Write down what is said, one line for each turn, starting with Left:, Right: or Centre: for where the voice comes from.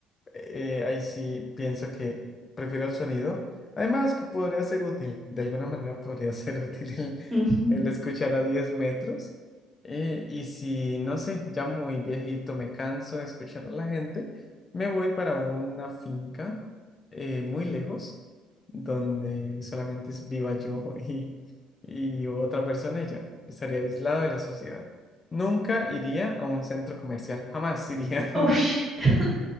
Left: eh, ahí sí pienso que prefiero el sonido. Además, que podría ser útil, de alguna manera podría ser <laughs> útil el,
Right: Ujú.
Left: el escuchar a 10 metros. Eh, y si, no sé, ya muy viejito me canso de escuchar a la gente, me voy para una finca eh, muy lejos, donde solamente es viva yo <laughs> y, y otra persona y ya, estaría aislado de la sociedad. Nunca iría a un centro comercial, jamás iría. <laughs>
Right: Ush. <laughs>